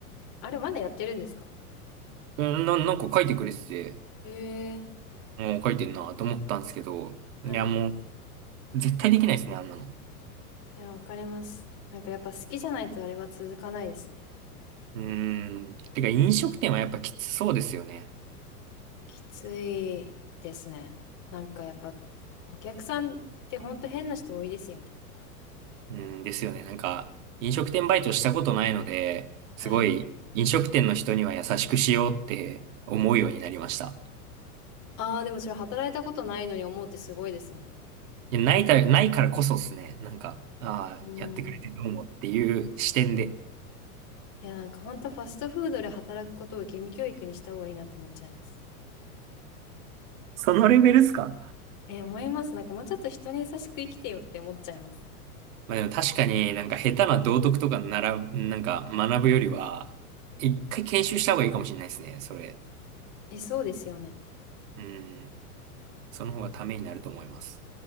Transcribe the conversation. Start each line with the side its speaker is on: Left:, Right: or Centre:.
Left: あれ、まだやってるんですか
Right: うんな、なんか書いてくれてて、
Left: ええ
Right: もう書いてんなと思ったんですけど、
Left: はい。
Right: いや、もう、絶対できないですね、あんなの。
Left: いや、わかります。なんかやっぱ好きじゃないとあれは続かないですね。
Right: うーん。てか、飲食店はやっぱきつそうですよね。
Left: きついですね。なんかやっぱ、お客さんってほんと変な人多いですよね。
Right: うんですよね。なんか、飲食店バイトしたことないので、
Left: はい。
Right: すごい飲食店の人には優しくしようって思うようになりました。
Left: ああ、でもそれ働いたことないのに思うってすごいですね。
Right: いやないた、ないからこそですね。なんか、ああ、
Left: うん。
Right: やってくれてどうもっていう視点で。
Left: いや、なんかほんとファストフードで働くことを義務教育にした方がいいなって思っちゃいます。
Right: そのレベルっすか
Left: えー思います。なんかもうちょっと人に優しく生きてよって思っちゃいます。
Right: まあでも確かになんか下手な道徳とかなら、なんか学ぶよりは、一回研修した方がいいかもしれないですね。それ。
Left: え、そうですよね。
Right: うん。その方がためになると思います。